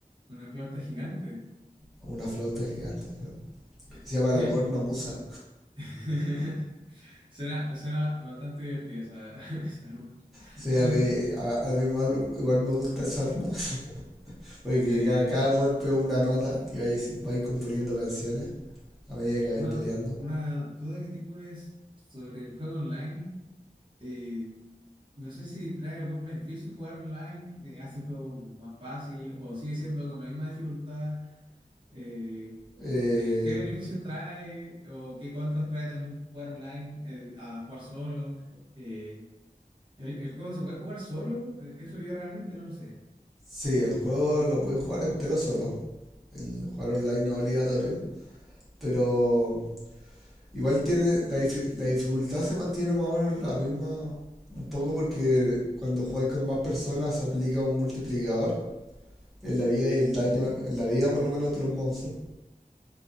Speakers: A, on the right; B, in the centre.
A: una flauta gigante.
B: Una flauta gigante.
A: Eh,
B: Se
A: <laughs>
B: llama
A: sí.
B: la cornamusa.
A: <laughs> Suena, suena bastante divertida esa, <laughs> esa arma. <laughs>
B: O sea, a mí, a, a mí igual, igual me gusta esa arma. <laughs> Porque
A: Eh,
B: cada, cada golpe es una nota y vais, vais componiendo canciones a medida que
A: Una,
B: vais peleando.
A: una duda que tengo es sobre el juego online. Eh, no sé si trae algún beneficio jugar online, eh, hace el juego más fácil o sigue siendo con la misma dificultad. Eh,
B: Eh,
A: eh, ¿qué beneficios trae o qué contras trae también jugar online eh, a jugar solo? Eh, ¿el, el juego se puede jugar solo? Eh, Eso yo realmente no lo sé.
B: sí, el juego lo podéis jugar entero solo. El jugar online no es obligatorio. Pero igual tiene. La, difi- la dificultad se mantiene más o menos la misma. Un poco porque cuando jugáis con más personas se aplica un multiplicador. en la vida y el daño, en la vida por lo menos de los monstruos.